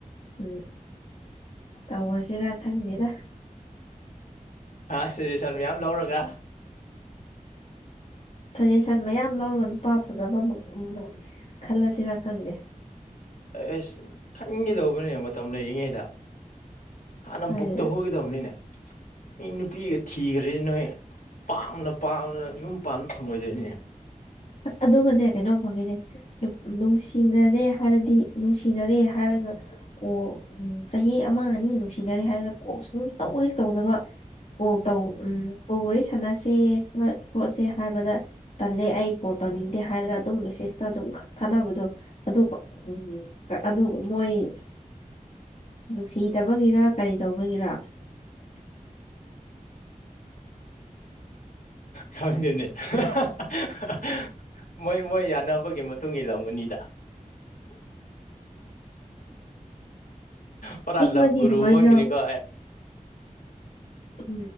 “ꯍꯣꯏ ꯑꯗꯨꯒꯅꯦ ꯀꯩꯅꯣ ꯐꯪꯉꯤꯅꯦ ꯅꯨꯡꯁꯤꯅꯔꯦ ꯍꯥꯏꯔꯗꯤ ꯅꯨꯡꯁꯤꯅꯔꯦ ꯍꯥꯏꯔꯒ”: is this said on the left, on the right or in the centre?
Left